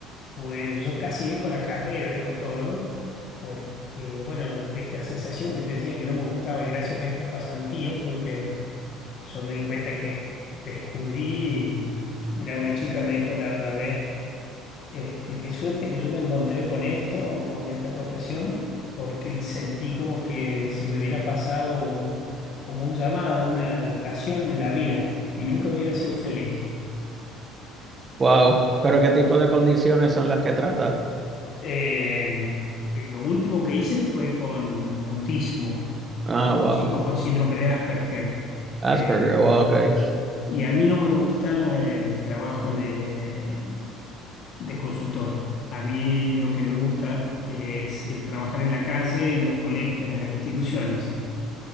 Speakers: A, on the left (about 40°); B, on the right (about 20°).
A: pues yo casi dejo la carrera, dejo todo, porque, bueno, esta sensación que te decía que no me gustaba y gracias a esta pasantía fue que yo me di cuenta que descubrí, mira, una chica me dijo la otra vez, este, qué suerte que yo me encontré con esto, con esta profesión, porque sentí como que se me hubiera pasado como un llamado, una vocación en la vida y nunca hubiera sido feliz.
B: Wow. Pero ¿qué tipo de condiciones son las que tratas?
A: Eh, eh, lo último que hice fue con autismo,
B: Ah,
A: con
B: wow.
A: chicos con síndrome de Asperger.
B: Asperger.
A: Eh,
B: Oh, ok.
A: y a mí no me gusta el trabajo de, de consultorio. A mí lo que me gusta es eh, trabajar en la calle, en los colegios, en las instituciones.